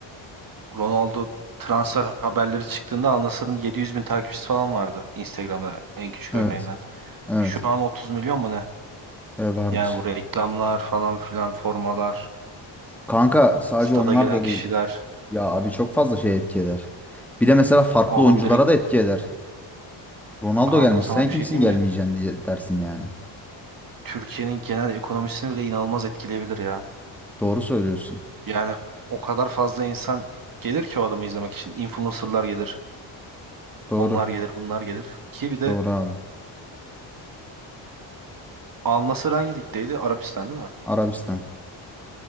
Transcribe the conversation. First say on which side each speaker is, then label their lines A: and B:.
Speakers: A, on the right; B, in the centre.
A: Ronaldo transfer haberleri çıktığında Al Nassr'ın 700 bin takipçisi falan vardı Instagram'da en küçük
B: Evet.
A: örneğinden.
B: Evet.
A: Şu an 30 milyon mu ne?
B: E, vardır.
A: Yani bu reklamlar falan filan formalar,
B: Kanka sadece
A: stada
B: onlar
A: gelen
B: da
A: kişiler.
B: değil. Ya abi çok fazla şey etki eder. Bir de mesela farklı
A: Oğlum
B: oyunculara
A: direkt
B: da etki eder. Ronaldo
A: Kanka
B: gelmiş
A: sana
B: sen
A: bir
B: kimsin
A: şey diyeyim
B: gelmeyeceksin
A: mi?
B: diye dersin yani.
A: Türkiye'nin genel ekonomisini bile inanılmaz etkileyebilir ya.
B: Doğru söylüyorsun.
A: Yani o kadar fazla insan gelir ki o adamı izlemek için. Influencerlar gelir,
B: Doğru.
A: onlar gelir, bunlar gelir. Ki bir de
B: Doğru abi.
A: Al Nassr hangi ligdeydi? Arabistan değil mi?
B: Arabistan.